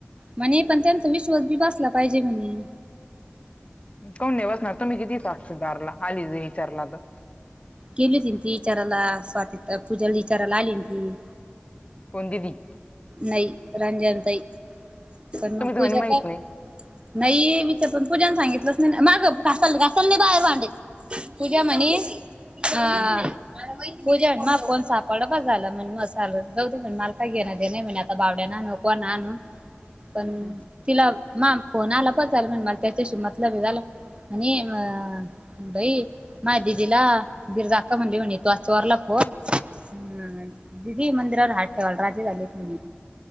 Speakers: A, on the right; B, on the left.
A: म्हणे पण त्यांचा विश्वास बी बसला पाहिजे म्हणे.
B: कोण नाही बसणार. तुम्ही किती साक्षीदारला आली च इचारला तर
A: गेली होती ती इचाराला स्वातीत पूजाला इचाराला आली होती.
B: कोण दीदी.
A: नाही रंजनताई पण
B: तुम्ही
A: मग
B: तर
A: पूजा
B: म्हणे माहित
A: काय
B: नाही
A: नाही विषय पण पूजान सांगितलंच नाही मागं घासाल घासाल नाही पाहिजे भांडे. पूजा म्हणे हा.
B: हं,
A: पूजा आणि महा फोन सापडा बस झाल म्हण मसाल जाऊ म्हण मला काय घेण आहे. ते नाही म्हणे आता बावड्या ना नको ना आनू पण
B: हं,
A: तिला मा फोन आला बस झालं म्हण मला त्याच्याशी मतलब आहे झाल आणि अ बाई माया दिदीला गिरजा अक्का म्हणली म्हने तू आ चोरला फोन अ आ दिदीही मंदिरावर हात ठेवायला राजी झालेत म्हने.